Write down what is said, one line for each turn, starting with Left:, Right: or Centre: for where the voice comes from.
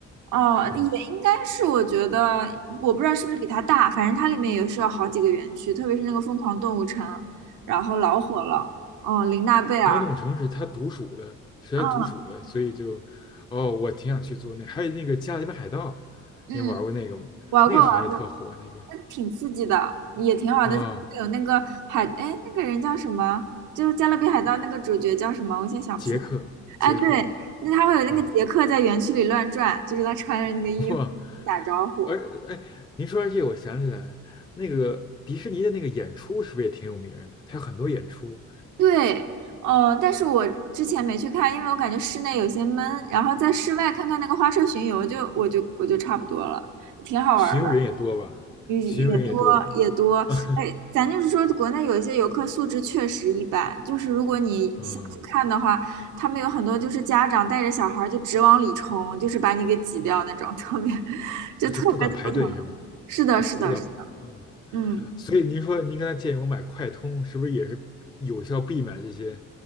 Right: 哦，
Left: 嗯
Right: 也应该是，我觉得我不知道是不是比它大，反正它里面也是有好几个园区，特别是那个疯狂动物城，然后老火了。哦，琳娜贝尔，
Left: 总统城是他独属的，是他独属的，
Right: 嗯，
Left: 所以就，哦，我挺想去做那，还有那个《加勒比海盗》，
Right: 嗯，
Left: 你玩过那个吗？
Right: 玩过玩过，
Left: 那个好像也特火，那个
Right: 那挺刺激的，也挺好的。
Left: 啊、
Right: 它会有那个海，哎，那个人叫什么？就加勒比海盗》那个主角叫什么？我现在想不起来。
Left: 杰克，杰克，
Right: 啊，对，那他会有那个杰克在园区里乱转，
Left: 嗯，
Right: 就是他穿着那个衣服打招呼。
Left: 哇而哎，您说到这个，我想起来，那个迪士尼的那个演出是不是也挺有名的？它有很多演出，
Right: 对，呃，但是我之前没去看，因为我感觉室内有些闷，然后在室外看看那个花车巡游就，我就我就差不多了，挺好玩儿的。
Left: 巡游人也多吧？
Right: 也也多也多，
Left: 巡游人也多吧？<laughs>
Right: 哎，咱就是说，国内有一些游客素质确实一般，就是如果你想去看的话，
Left: 嗯，
Right: 他们有很多就是家长带着小孩儿就直往里冲，就是把你给挤掉那种，特别 <laughs> 就特别头疼。
Left: 就不管排队是吧？
Right: 是的，
Left: 就不管，
Right: 是的，是的，
Left: 嗯。
Right: 嗯，
Left: 所以您说您刚才建议我买快通，是不是也是有效避免这些